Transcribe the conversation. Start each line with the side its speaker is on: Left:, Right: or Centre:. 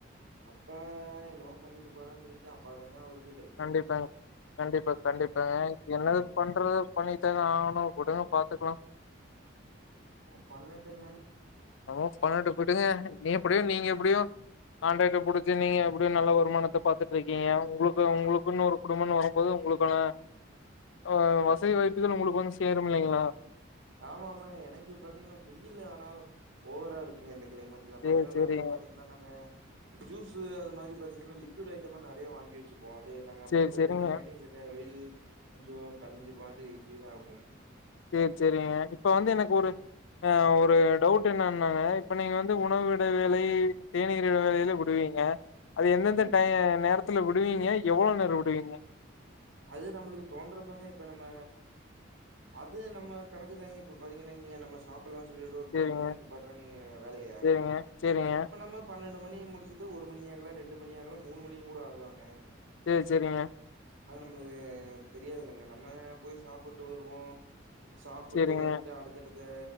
Right: அப்பா என்னவோ பண்ணிட்டு போறான் சொல்லிட்டு அப்பா தாங்க அவருக்கு ஹெல்
Left: கண்டிப்பாங்க கண்டிப்பா கண்டிப்பாங்க
Right: ம்
Left: என்னது பண்றது பண்ணி தானை ஆவணு உடுங்க பாத்துக்லா
Right: என்னமோ பண்ணட்டுங்க
Left: என்னமோ பண்ணட்டு விடுங்க நீ எப்டியோ நீங்க எப்டியோ காண்ட்ரட்டை புடிச்சு நீங்க எப்டியு நல்ல வருமானத்த பாத்துட்டிருக்கீங்க உங்களுக்கு
Right: பாத்
Left: உங்களுக்குன்னு ஒரு குடும்பம்னு வரும்போது உங்களுக்கான அ வசதி வாய்ப்புகள் உங்களுக்கு வந்து சேரும் இல்லைங்ளா
Right: ஆமா ஆமா எனக்கு பாத்தீங்கன்னா வெயில் ஆனா ஓவரா இருக்குங்க இந்த கிளைமேட் எங்கல
Left: சேரி
Right: பாத்தீங்கன்னா
Left: சேரிங்க
Right: நாங்கள்லா பாத்தீங்கான்னா நாங்க ஜூஸ்சு அது மாரி பாத்தீங்கன்னா லிக்விட் ஐட்டமா நறைய வாங்கி வெ வெச்சிக்குவோ அதே நாங்க அப்பப்ப
Left: சேரி சேரிங்க
Right: குடிக்கிறங்காட்டி எங்களுக்கு வெயில் கொஞ்சோ தனிஞ்ச மாரி ஃபீல் ஆகும்
Left: சேர் சேரிங்க இப்ப வந்து எனக்கு ஒரு அ ஒரு டவுட் என்னனாங்க இப்ப நீங்க வந்து உணவு இடைவேலை தேநீர் இடைவேலை எதுல விடுவீங்க க அது எந்தெந்த
Right: ம்
Left: டை நேரத்துல விடுவீங்க எவ்ளோ நேரோ விடுவீங்க
Right: அது நம்மளுக்கு தோன்றப்பங்க இப்ப நம்ம அது நம்ம கணக்கு தாங்க இப்ப பாத்தீங்கன்னா இங்க நம்ம சாப் சாப்புல்லா சொல்லிட்டு ஒரு
Left: சேரிங்க
Right: பன்னெண்டு மணிக்கு நிப்பாட்டுறோன்னு வெயிங்க வேலைய
Left: சேரிங்க சேரிங்க
Right: அப்ப நம்ம பன்னெண்டு மணி முடிச்சது ஒரு மணி ஆகலா ரெண்டு மணி ஆகலா மூணு மணியும் கூட ஆகலாங்க
Left: சேரி சேரிங்க
Right: அது நம்மளுக்கு தெரியாதுலங்க நம்ம போய் சாப்புட்டு வருவோ சாப்புட்டு
Left: சேரிங்க
Right: வந்துட்டு அடுத்தடுத்து